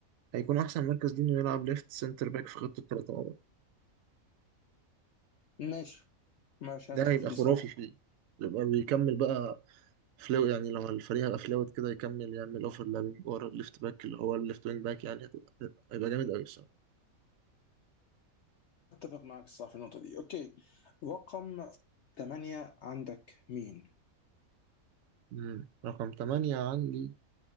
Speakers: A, on the right (about 70°); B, on the left (about 65°).
A: هيكون احسن مركز ليه انه يلعب ليفت سنتر باك في خطه الثلاثه ورا
B: ماشي ماشي
A: ده
B: انا اتفق
A: هيبقى
B: في دي
A: خرافي
B: صح
A: فيه يبقى بيكمل بقى فلو يعني لما الفريق هيبقى فلوت كده يكمل يعمل اوفر لابينج ورا الليفت باك اللي هو الليفت وينج باك يعني هتبقى هتبقى- هيبقى جامد قوي الصراحه
B: اتفق معك الصراحه في النقطه دي اوكي رقم ثمانية عندك مين
A: مم. رقم 8 عندي